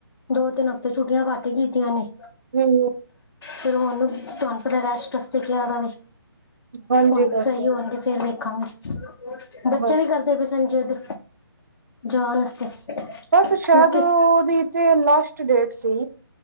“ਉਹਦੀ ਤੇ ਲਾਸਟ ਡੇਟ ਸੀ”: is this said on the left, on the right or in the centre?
Right